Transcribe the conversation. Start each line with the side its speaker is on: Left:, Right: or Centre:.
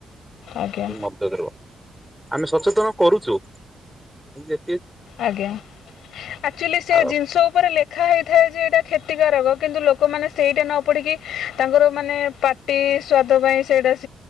Left: ଆଜ୍ଞା
Centre: ନି ମଦଦରୁ ଆମେ ସଚେତନ କରୁଛୁ ଯେ
Left: ଆଜ୍ଞା ଆଚୁଆଲି ସେ
Centre: ଆଉ
Left: ଜିନିଷ ଉପରେ ଲେଖା ହେଇଥାଏ ଯେ ଏଇଟା କ୍ଷତିକାରକ କିନ୍ତୁ ଲୋ ମାନେ ସେଇଟା ନ ପଡ଼ିକି ତାଙ୍କର ମାନେ ପାଟି ସ୍ୱା ତାଙ୍କ ପାଇଁ ସେଇଟା ସ